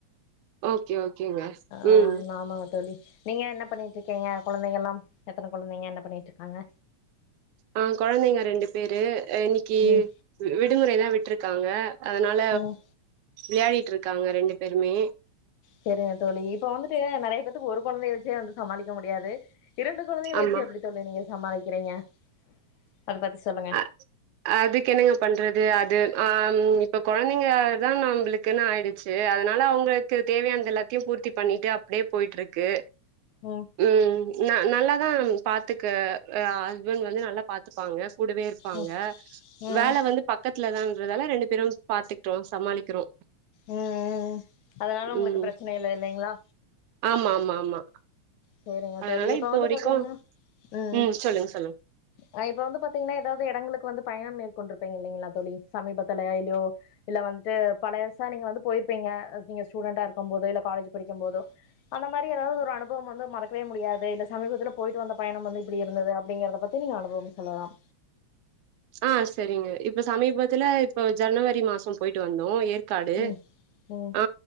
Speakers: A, on the right; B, on the left.
A: ஓகே ஓகேங்க
B: ஆ
A: உம்
B: ஆமாங்க தோழி நீங்க என்ன பண்ணிட்டு இருக்கீங்க கொழந்திங்கள எல்லாம் எத்துனை கொழந்தைங்க என்ன பண்ணிட்டு இருக்காங்க
A: ஆஹ் கொழந்தைங்க ரெண்டு பேரு ஏ இன்னிக்கு
B: ம்
A: விடுமுறை தா விட்ருக்காங்க அதுனால
B: ம்
A: விளையாடிட்டு இருக் க்காங்க ரெண்டு பேருமே
B: சேரிங்க தோழி இப்ப வந்துட்டு நெறைய பேத்துக்கு ஒரு கொழந்தைய வச்சே வந்து சமாளிக்க முடியாது இரண்டு கொழந்திகள்
A: ஆமா
B: வெச்சு எப்டி தோழி நீங்க சமாளிக்கிறீங்க <unintelligible> சொல்லுங்க
A: அ அதுக்கு என்னுங்க பண்றது அது ஆம் இப்ப கொழ்ந்திங்க தான் நம்புளுக்குன்னு ஆயிடுச்சு அதுனால அவங்களுக்கு தேவையான எல்லாத்தையு பூர்த்தி பண்ணிட்டு அப்டியே போயிட்ருக்கு
B: ம்
A: உம் ந நல்லாதான் பாத்துட் க்கு ஆஹ் ஹஸ்பண்ட் வந்து நல்லா பாத்துப்பாங்க கூடவே இருப்பாங்க
B: ம் ம்
A: வேல
B: ம்
A: வந்து பக்கத்துலதாங் அதுலால ரெண்டு பேரும் பாத்துக்டோம் சமாளிக்கிறோ
B: உம் உம் அதனால உங்குளுக்கு
A: ம்
B: பிரச்சினை இல்ல இல்லைங்களா
A: ஆமா ஆமா ஆமா
B: சேரிங்க
A: அதனால
B: தோழி இப்ப
A: இப்போ
B: வந்து
A: வரைக்கு
B: பாத்தீங்கனா உம்
A: ம் சொல்லுங்க சொல்லுங்க
B: அனா இப்ப வந்து பாத்தீங்குனா ஏதாவது இடங்களுக் வந்து பயம் மேற்கொண்டிருப்பீங்க இல்லிங்களா தோழி சமீபத்லயா இல்லயோ இல்ல வந்துட்டு பழையசா நீங்க வந்துப் போயிருப்பீங்க நீங்க ஸ்டூடண்டா இருக்கும் போது இல்ல காலேஜ் படிக்கும் போதோ ஆனா இந்த மாரி ஏதாவது ஒரு அனுபவம் வந்தும் மறக்கவே முடியாது இல்ல சமீபத்துல போயிட்டு வந்த பயணம் வந்து இப்படி இருந்தது அப்படிங்குறத பத்தி நீங்க அனுபவம் சொல்லலாம்
A: ஆ சேரிங்க இப்ப சமீபத் சமீபத்துல இப்ப ஜனவரி மாசம் போயிட்டு வந்தோம் ஏப் ஏற்காடு
B: ம் ம்
A: ஆ